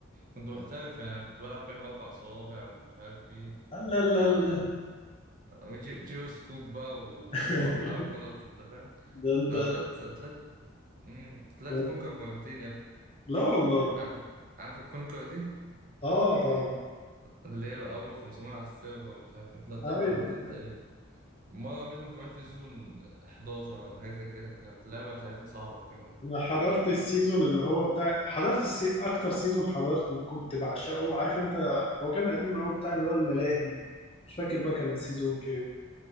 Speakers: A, on the right; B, on the left.
A: كنت محترف يعني أنا كنت بلعب بين باربع صوابع ومش عارف ايه
B: لا لا لا
A: آه...
B: لا.
A: جي... جيرو سكوب بقى وح-
B: <laughs>
A: وحركات انت فاهم
B: ده انت
A: انا طلعت طلعت مم... طلعت
B: ده انت-
A: كونكر مرتين يا ابني
B: لا والله
A: عارف عارف الكونكر دي
B: اه طبعا
A: اللي هي اول 500 على السيرفر ومش عارف إيه، طلعتها
B: ايوه
A: مرتين
B: ايوه
A: تقريبا مرة منهم كمان في سيزون 11 ولا حاجة زي كده كانت لعبة ساعتها صعبة كمان
B: انا حضرت السيزون اللي هو بتاع حضرت السي... اكتر سيزون حضرته كنت بعشقه عارف انت هو كان قديم قوي بتاع اللي هو الملاهي مش فاكر بقى كان السيزون كام